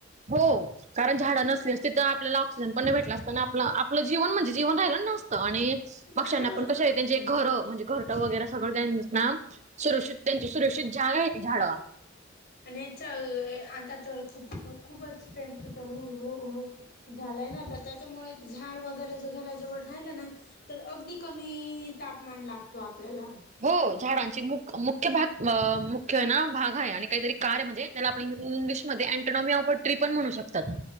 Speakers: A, on the right; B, on the left.
A: हो. कारण झाडं
B: हम्म
A: नसलेच तिथं आपल्याला ऑक्सिजन पण नही भेटला असता आणि आपलं- आपलं जीवन म्हणजे जीवन राहिलं नसतं. आणि पक्षांना
B: हा
A: पण कसय त्यांचे घरं म्हणजे घरटं वगैरे सगळं त्यांच ना सुरक्षित त्यांची सुरक्षित जागा आहे ती झाड.
B: आणि येच ए आता तर खूप खूपच टेम्परेचर तर <unintelligible> झालंय ना आता. त्याच्यामुळे झाड वगैरे ज घराजवळ रायला ना तर अगदी कमी तापमान लागतो आपल्याला.
A: हो झाडांचे मुख मुख्य भाग अं मुख्य ना भाग आहे आणि काहीतरी कार आहे. म्हणजे त्याला आपण इंग्लिशमध्ये 'अँटोनॉमी ऑफ अ ट्री' पण म्हणू शकतात.